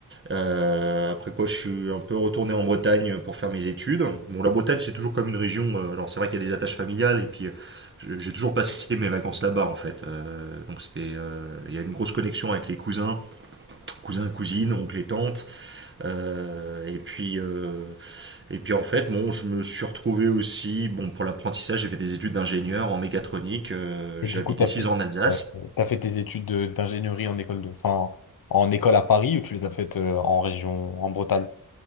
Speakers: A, on the right (about 30°); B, on the left (about 70°).
A: Euh, après quoi je suis un peu retourné en Bretagne pour faire mes études. Bon la Bretagne c'est toujours comme une région, euh, alors c'est vrai qu'il y a des attaches familiales et puis euh, j'ai toujours passé mes vacances là-bas en fait. Euh, donc c'était euh, il euh, y a une grosse connexion avec les cousins cousins, cousines, oncles et tantes. Euh, et puis, euh, et puis en fait, bon, je me suis retrouvé aussi, bon, pour l'apprentissage, j'ai fait des études d'ingénieur en mécatronique. euh,
B: Et
A: j'ai
B: du
A: habité
B: coup, tu as
A: 6
B: fait,
A: ans en Alsace.
B: euh, t'as fait tes études de- d'ingénierie en école de, enfin, en école à Paris ou tu les as faites euh, en région, en Bretagne?